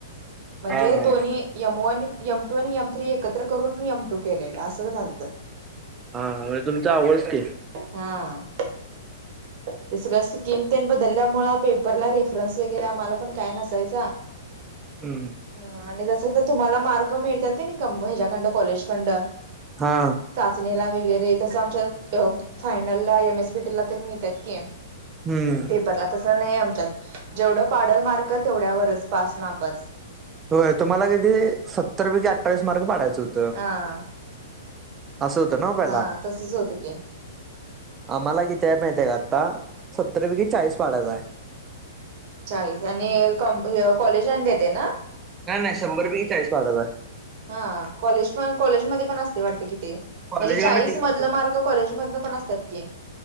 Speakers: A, on the right (about 50°); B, on the right (about 20°).
A: म्हणजे
B: हा हा
A: दोन्ही M one, M two, M three एकत्र करून मटू <inaudible> केलेलं असं झालतं.
B: हा <inaudible> म्हज तुमचा <inaudible> आवडस के
A: हा, ते सगळं स्कीम बदलल्यामुळे पेपरला रे <inaudible> फ्स वगैरे आम्हाला पण काय नसायचा.
B: हम्म.
A: ह आणि जस तर तुम्हाला मार्क मिळतात का नाही कबन ह्याच्यायाकड कॉलेज कडन.
B: हा
A: चाचणीला वगैरे तसं आमच्या फायनल ला एम एस बीटी ला तरी मिळत की.
B: हम्म.
A: पेपरला तस नाही आमच्यात, जेवढं पाडल मार्क तेवढ्यावरच पास नापास.
B: होय तुम्हाला कधी सत्तर पैकी आठाविस मार्क पाडायचं.
A: हा.
B: अस होत ना पेला.
A: हा तसच होतं की
B: आम्हाला किती आहे माहिती आहे का आत्ता. सत्तर पैकी चाळीस <inaudible> पाडालाय
A: चाळीस आणि क कॉलेज आणि <inaudible> येते ना
B: नाही नाही शंभर पैकी चाळीस <inaudible> मार्काचा
A: हा कॉलेज पण कॉलेज मध्ये पण असतय वाटत की ते
B: कॉलेजकडनं
A: म्हणजे चाळीस
B: तीस होत्यात.
A: मधल मार्क कॉलेज मधन पण असत्यात की